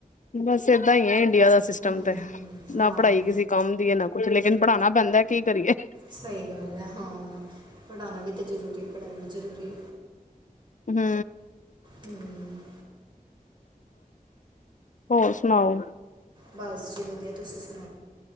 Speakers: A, on the left; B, on the right.
A: ਬਸ ਏਦਾਂ ਹੀ ਹੈ ਇੰਡੀਆ ਦਾ ਸਿਸਟਮ
B: ਹੂੰ
A: ਤੇ
B: ਹਾਂ
A: ਨਾ ਪੜ੍ਹਾਈ ਕਿਸੇ ਕੰਮ ਦੀ ਹੈ ਨਾ ਕੁੱਛ ਲੇਕਿਨ ਪੜ੍ਹਾਉਣਾ ਪੈਂਦਾ ਕੀ ਕਰੀਏ।
B: ਸਹੀ ਗੱਲ ਹੈ ਹਾਂ ਪੜ੍ਹਾਉਣਾ ਵੀ ਤਾਂ ਜ਼ਰੂਰੀ ਪੜ੍ਹਾਈ ਵੀ ਜ਼ਰੂਰੀ।
A: ਹੂੰ।
B: ਹੂੰ
A: ਹੋਰ ਸੁਣਾਓ।
B: ਬਸ ਜੀ ਵਧੀਆ ਤੁਸੀਂ ਸੁਣਾਓ।